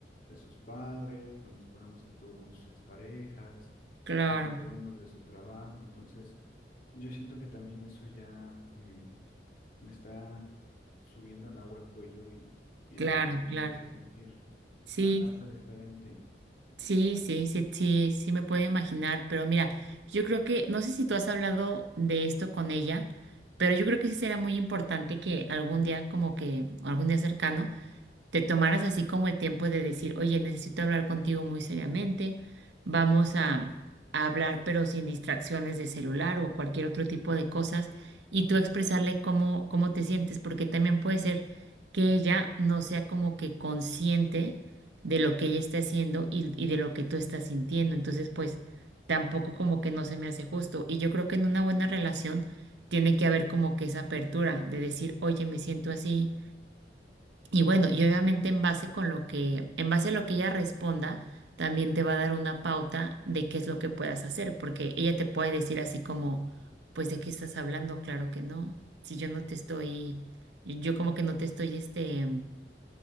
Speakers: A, on the left (about 50°); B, on the right (about 85°).
A: de sus padres, con los problemas que tuvo con sus exparejas,
B: claro,
A: con los problemas de su trabajo. Entonces yo siento que también eso ya... eh, me está subiendo el agua al cuello y, y
B: claro,
A: la verdad me
B: claro.
A: puse a sentir
B: Sí,
A: a- hasta diferente.
B: sí, sí, sí, sí, sí me puedo imaginar, pero mira, yo creo que, no sé si tú has hablado de esto con ella, pero yo creo que sí será muy importante que algún día, como que, algún día cercano, te tomaras así como el tiempo de decir, oye, necesito hablar contigo muy seriamente, vamos a, a hablar pero sin distracciones de celular o cualquier otro tipo de cosas, y tú expresarle cómo, cómo te sientes, porque también puede ser que ella no sea como que consciente de lo que ella está haciendo y, y de lo que tú estás sintiendo, entonces pues tampoco como que no se me hace justo, y yo creo que en una buena relación tiene que haber como que esa apertura de decir, oye, me siento así y bueno, y obviamente en base con lo que, en base a lo que ella responda, también te va a dar una pauta de qué es lo que puedas hacer, porque ella te puede decir así como, pues ¿de qué estás hablando? Claro que no. Si yo no te estoy, yo como que no te estoy este,